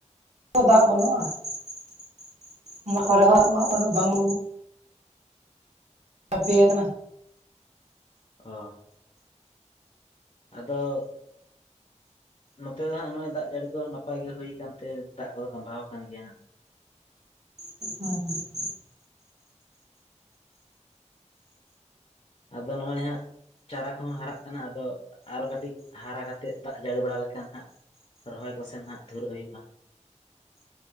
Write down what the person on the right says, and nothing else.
ᱫᱟᱜ ᱵᱟᱱᱩᱜᱼᱟ ᱾ ᱚᱱᱟ ᱠᱚᱨᱮ
ᱦᱚᱸ ᱫᱟᱜ ᱢᱟ ᱵᱟᱝ ᱪᱟᱯᱮ ᱭᱟᱠᱟᱱᱟ ᱾
ᱦᱩᱸ ᱾